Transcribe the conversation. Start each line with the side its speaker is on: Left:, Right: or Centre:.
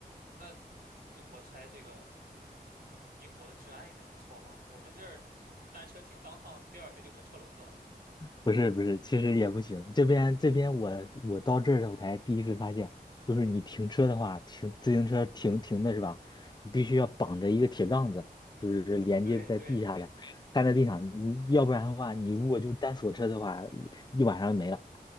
Right: 那那我猜这个英国的治安应该不错吧？我们这儿单车停当趟，第二天就剩车轮子了。
Left: 不是不是，其实也不行。这边这边我我到这儿我才第一次发现，就是你停车的话，停自行车停停的是吧？
Right: 啊。
Left: 你必须要绑着一个铁杠子，就是连接在地下的，
Right: 对对
Left: 干在地上。你要不然的话，你如果就单锁车的话，一一晚上没了，